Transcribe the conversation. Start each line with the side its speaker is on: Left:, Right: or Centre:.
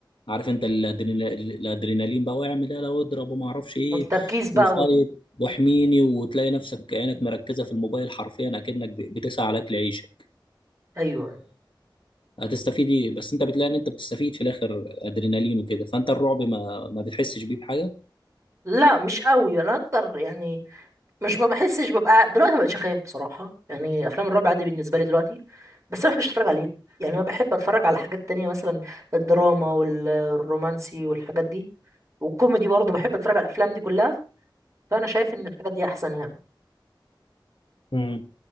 Left: عارف انت الادرينا- الادرينالين بقى واعمل ايه لو اضرب وما اعرفش ايه
Right: والتركيز بقى
Left: وفايت
Right: وال...
Left: واحميني وتلاقي نفسك عينك مركزه في الموبايل حرفيا اكنك ب- بتسعى على اكل عيشك
Right: ايوه
Left: فهتستفيد ايه بس انت بتلاقي ان انت بتستفيد في الاخر ادرينالين وكده فانت الرعب ما ما بتحسش بيه بحاجه
Right: لا مش قوي انا اكتر يعني مش ما بحسش ببقى دلوقتي ما بقتش خايف بصراحه يعني افلام الرعب عادي بالنسبه لي دلوقتي بس انا ما بحبش اتفرج عليه يعني انا بحب اتفرج على حاجات تانية مثلا الدراما والرومانسي والحاجات دي والكوميدي برضه بحب اتفرج على الافلام دي كلها فانا شايف ان الحاجات دي احسن يعني
Left: مم.